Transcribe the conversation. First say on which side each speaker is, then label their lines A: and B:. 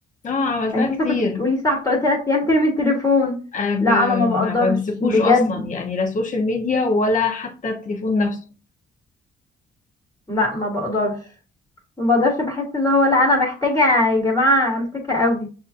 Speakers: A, on the left (about 40°); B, on the left (about 15°).
A: اه عملتها
B: انت
A: كتير
B: لسه كنت بتقولي صح بتقعدي 3 ايام ترمي التليفون
A: أنا ما
B: لا انا ما
A: ما
B: بقدرش
A: بمسكوش
B: بجد
A: اصلا يعني لا سوشيال ميديا ولا حتى التليفون نفسه
B: لا ما بقدرش ما بقدرش بحس ان هو لا انا محتاجة يا جماعة امسكها قوي